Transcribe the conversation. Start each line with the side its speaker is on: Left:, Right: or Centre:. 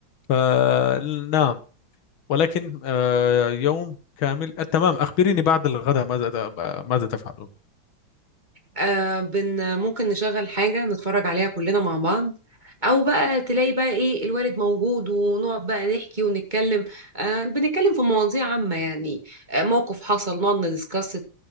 Left: ف نعم ولكن آه، يوم كامل آه، تمام أخبريني بعد الغداء ماذا ماذا تفعلون
Right: آه بن ممكن نشغل حاجة نتفرج عليها كلنا مع بعض أو بقى تلاقي بقى إيه الوالد موجود ونقعد بقى نحكي ونتكلم آه بنتكلم في مواضيع عامة يعني آه موقف حصل نقعد ندسكست